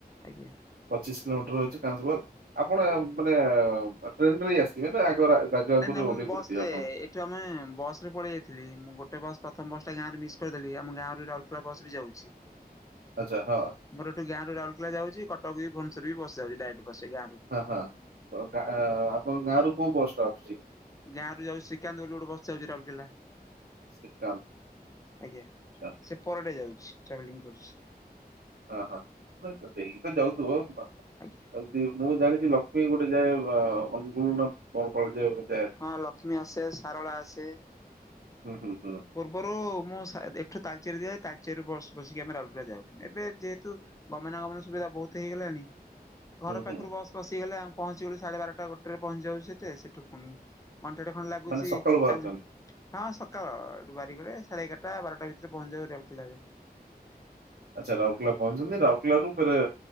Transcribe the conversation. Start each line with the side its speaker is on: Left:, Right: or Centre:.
Left: ଆଜ୍ଞା।
Right: ପଚିଶ କିଲୋମିଟର ହଉଛି କାଲଧୁଆ ଆପଣ ମାନେ ଟ୍ରେନରେ ଆସିଥିବେ ନା ରାଜଗାଙ୍ଗପୁରରେ
Left: ନାଇଁ ନାଇଁ ମୁଁ
Right: ଓହ୍ଲେଇ
Left: ବସ
Right: ପଡ଼ିଥିବେ
Left: ରେ
Right: ଆପଣ
Left: ଏଇଠୁ ଆମେ ବସ ରେ ପଳେଇ ଆଇଥିଲି ମୁଁ ଗୋଟେ ବସ ପ ପ୍ରଥମ ବସଟା ଗାଁ ରେ ମିସ୍ କରିଦେଲି ଆମ ଗାଁରେ ରାଉଲକେଲା ବସ୍ ବି ଯାଉଛି।
Right: ଆଚ୍ଛା ହଁ
Left: ମୋର ଏଠୁ ଗାଁରୁ ରାଉରକେ ଯାଉଚି କଟକ ବି ଭୁବନେଶ୍ୱର ବି ବସ ଯାଉଚି ଡାଇରେକ୍ଟ। ବସ୍ ଗାଁରୁ।
Right: ହଁ ହଁଁ ପ ଗା ଆପଣ ଗାଁ ରୁ କୋଉ ବସଟା ଆସୁଛି।
Left: ଗାଁ ରୁ ଯାଉଚି ଶ୍ରୀକାନ୍ତ ବୋଲି ଗୋଟେ ବସି ଯାଉଚି ରାଉଲକେଲା।
Right: ଶ୍ରୀକାନ୍ତ
Left: ଆଜ୍ଞା
Right: ଆଚ୍ଛା,
Left: ସେ ପରଟେ ଯାଉଚି ଟ୍ରାଭେଲିଙ୍ଗ କରୁଚି।
Right: ହଁ ହଁ ମୁଁ କହିଲି ତ ଡେଲି ଯାଉଥିବ <unintelligible>
Left: ଆଜ୍ଞା
Right: ମୁଁ ଜାଣି ଯି ଲକ୍ଷ୍ମୀ ଗୋଟେ ଯାଏ ବା ଅନୁଗୁଳୁ ର <unintelligible>
Left: ହଁ ଲକ୍ଷ୍ମୀ ଆସେ ସାରଳା ଆସେ।
Right: ହୁଁ ହୁଁ ହୁଁ
Left: ପୂର୍ବରୁ ମୁଁ ସା ଏଠୁ ତାଲଚେର ଯାଏ ତାଲ ଚେରୁ ବସ ବସିକି ଆମେ ରାଉଲଗୋ ଯାଉ ଏବେ ଯେହେତୁ ଗମନାଗମନ ସୁବିଧା ବହୁତ ହେଇଗଲାଣି ଘର
Right: ହୁଁ ହୁଁ
Left: ପାଖରୁ ବସ୍ ପସିିଗଲେ ଆମ ପହଞ୍ଚିଗଲୁ ସାଢେ ବାରଟା ଗୋଟେରେ ପହଞ୍ଚି ଯାଉଛ ସେଠେ ସେଠୁ ପୁଣି ଘଣ୍ଟାଟେ ଖଣ୍ଡେ ଲାଗୁଚି
Right: ମାନେ ସକାଳୁ ବାହାରୁଛନ୍ତି
Left: କାଞ୍ଜି ହଁ ସକାଳ। ବାରିଗରିଆ ସାଢେ ଏଗାରଟା ବାରଟା ଭିତରେ ପହଞ୍ଚଯାଉ ରେଳକେଲାରେ।
Right: ଆଚ୍ଛା ରାଉରକେଲା ପହଞ୍ଚଛନ୍ତି ରାଉରକେଲାରୁ ଫରେ